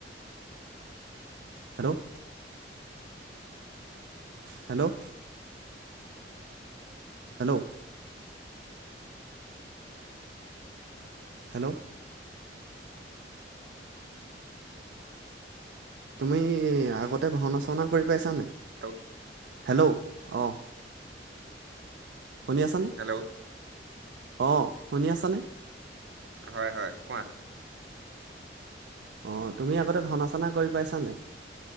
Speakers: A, on the right; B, on the right.
A: হেল্ল' হেল্ল' হেল্ল' হেল্ল' তুমি আগতে ভাওনা চাওনা কৰি পাইছা নাই?
B: আগ
A: হেল্ল' অহ। শুনি আছানে?
B: হেল্ল'
A: অ', শুনি আছানে?
B: হয় হয়। কোৱা।
A: অহ, তুমি আগতে ভাওনা চাওনা কৰি পাইছা নাই?